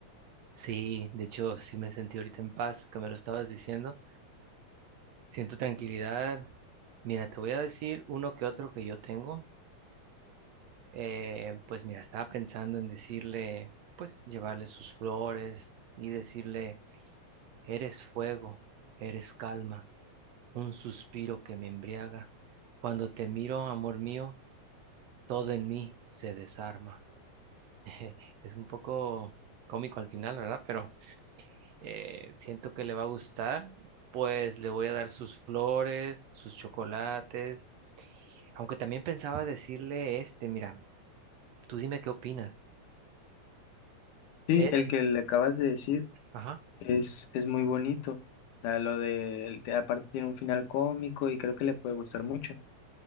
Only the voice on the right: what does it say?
Sí, de hecho, sí me sentí ahorita en paz, que me lo estabas diciendo. Siento tranquilidad. Mira, te voy a decir uno que otro que yo tengo. Eh, pues mira, estaba pensando en decirle, pues llevarle sus flores y decirle, eres fuego, eres calma, un suspiro que me embriaga. Cuando te miro, amor mío, todo en mí se desarma. <laughs> Es un poco cómico al final, ¿verdad? Pero eh, siento que le va a gustar, pues le voy a dar sus flores, sus chocolates, aunque también pensaba decirle este, mira, tú dime qué opinas.
¿Eres?
Ajá,